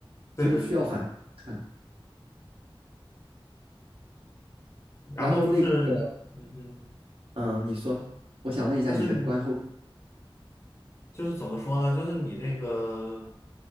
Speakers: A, on the left; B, on the right.
A: 对对对，
B: 就是需要反复看。
A: 然后就是，
B: 然后那个
A: 嗯哼，
B: 嗯，你说，我想问一下你的观后，
A: 就是就是怎么说呢？就是你这个。